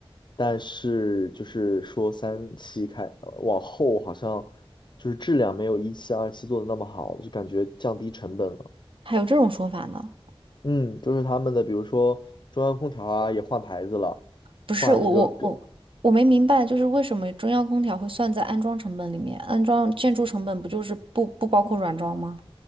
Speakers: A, on the left; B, on the right.
A: 但是就是说三期开呃往后好像就是质量没有一期、二期做的那么好，就感觉降低成本了。
B: 还有这种说法呢？
A: 嗯，就是他们的比如说中央空调啊也换牌子了，
B: 不是，
A: 换一个更
B: 我我我我没明白，就是为什么中央空调会算在安装成本里面？安装建筑成本不就是不不包括软装吗？